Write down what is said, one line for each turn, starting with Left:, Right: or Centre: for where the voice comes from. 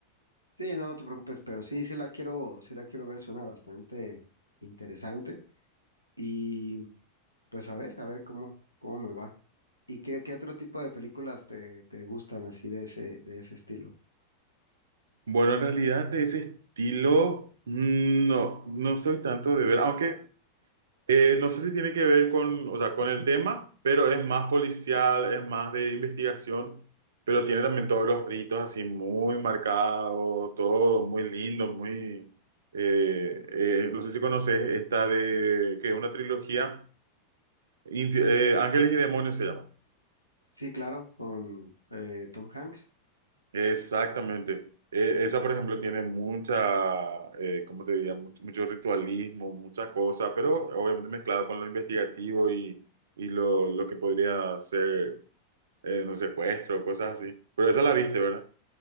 Left: Sí, no, no te preocupes, pero sí, sí la quiero, sí la quiero ver, suena bastante interesante. Y pues a ver, a ver cómo, cómo me va. ¿Y qué, qué otro tipo de películas te, te gustan así de ese, de ese estilo?
Right: Bueno, en realidad de ese estilo, mm, no, no soy tanto de ver, aunque eh, no sé si tiene que ver con, o sea, con el tema, pero es más policial, es más de investigación, pero tiene también todos los ritos así muy marcados, todo muy lindo, muy... eh, eh, no sé si conoces esta de, que es una trilogía, Infi- eh, Ángeles y Demonios se llama.
Left: Sí, claro, con eh, Tom Hanks.
Right: Exactamente. E- esa, por ejemplo, tiene mucha, eh, ¿cómo te diría? Mucho, mucho ritualismo, muchas cosas, pero obviamente mezclado con lo investigativo y, y lo, lo que podría ser eh, un secuestro, cosas así. Pero esa la viste, ¿verdad?